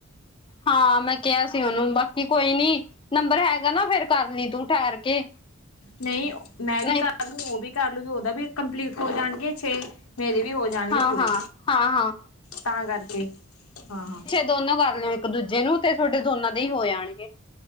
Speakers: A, on the left; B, on the left.
A: ਹਾਂ ਮੈਂ ਕਿਹਾ ਸੀ ਉਨੂੰ ਬਾਕੀ ਕੋਈ ਨੀ ਨੰਬਰ ਹੈਗਾ ਨਾ ਫੇਰ ਕਰ ਲੀ ਤੂੰ ਠੈਰ ਕੇ
B: ਨਈ ਮੈਂ ਵੀ
A: ਨਹੀਂ
B: ਕਰ ਲੂ ਉਹ ਵੀ ਕਰ ਲੂਗੀ ਉਦਾ ਵੀ ਕੰਪਲੀਟ ਹੋ ਜਾਣਗੇ ਛੇ ਮੇਰੇ ਵੀ ਹੋ ਜਾਣਗੇ
A: ਹਾਂ
B: ਪੂਰੇ
A: ਹਾਂ ਹਾਂ ਹਾਂ
B: ਤਾਂ ਕਰਕੇ ਹਾਂ ਹਾਂ
A: ਦੋਨੋ ਕਰ ਲਿਓ ਇੱਕ ਦੂਜੇ ਨੂੰ ਤੇ ਤੁਹਾਡੇ ਦੋਨਾਂ ਦੇ ਹੀ ਹੋ ਜਾਣਗੇ।